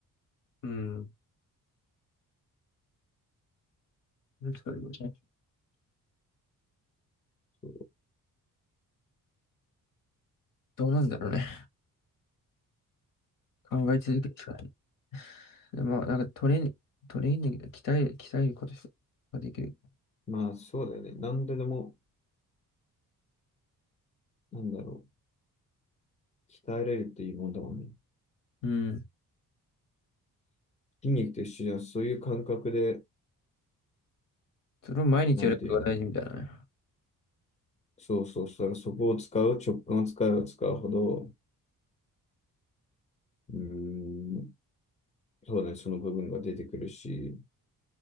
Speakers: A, on the left; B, on the left.
A: うん。なんですかね、これね
B: そう
A: どうなんだろうね。考え続けるしかない。でまあ、なんかトレーニング、トレーニングで鍛える、鍛えることができる。
B: まあそうだよね。何ででも、なんだろう、鍛えれるっていいもんだもんね。
A: うん。
B: 筋肉と一緒じゃ、そういう感覚で、
A: それを毎日やることが大事みたいなね。
B: なんていうの、そうそうそう、そこを使う、直感を使えば使うほど、うーん、そうだね、その部分が出てくるし、